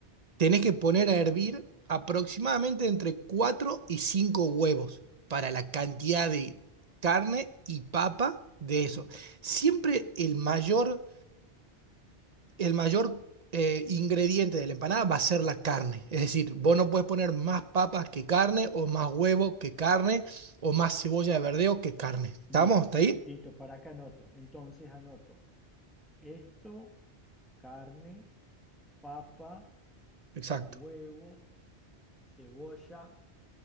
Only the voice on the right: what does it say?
tenés que poner a hervir aproximadamente entre 4 y 5 huevos para la cantidad de carne y papa de eso. Siempre el mayor el mayor eh, ingrediente de la empanada va a ser la carne. Es decir, vos no puedes poner más papas que carne, o más huevo que carne, o más cebolla de verdeo que carne. ¿Estamos?
¿Está ahí?
Exacto.